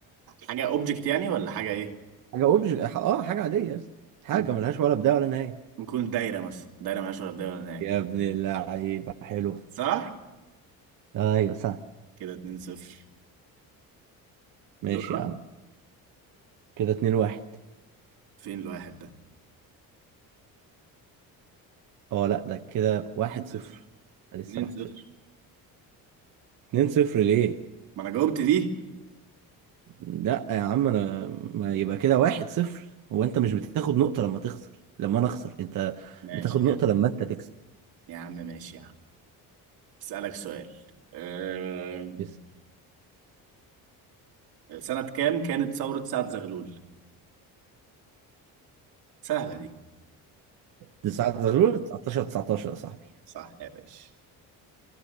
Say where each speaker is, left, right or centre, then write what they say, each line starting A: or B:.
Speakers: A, on the right (about 75°); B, on the right (about 55°).
A: حاجة اوبجكت يعني ولا حاجة ايه
B: حاجة اوبج اه حاجة عادية يا اسطى. حاجة
A: ممكن
B: ملهاش ولا بداية ولا نهاية
A: تكون دايرة مثلا دايرة ملهاش ولا بداية ولا نهاية
B: يا ابن اللعيبة حلو
A: صح
B: ايوه صح
A: كده 2 0
B: ماشي
A: دور
B: يا عم كده اتنين واحد
A: فين الواحد ده
B: اه لا ده كده واحد
A: 2 0
B: صفر لسه
A: 2
B: واحد
A: 0
B: صفر 2-0 ليه؟
A: ما انا جاوبت دي
B: لا يا عم انا ما يبقى كده 1-0 هو انت مش بتاخد نقطة لما تخسر لما انا اخسر انت
A: ماشي
B: بتاخد نقطة
A: يا عم
B: لما انت تكسب
A: يا عم ماشي يا عم اسألك سؤال أم...
B: بس
A: سنة كام كانت ثورة سعد زغلول سهلة دي
B: 9 19 19 يا صاحبي
A: صح يا باشا